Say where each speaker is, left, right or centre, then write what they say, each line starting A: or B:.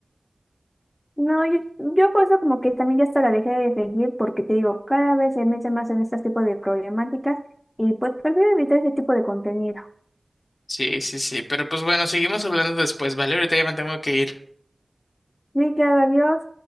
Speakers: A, on the left; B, on the left.
A: No, yo, yo por eso como que también ya hasta la dejé de seguir porque te digo, cada vez se mete más en este tipo de problemáticas y pues prefiero evitar ese tipo de contenido.
B: Sí, sí, sí, pero pues bueno, seguimos hablando después, ¿vale? Ahorita ya me tengo que ir.
A: Sí, claro, adiós.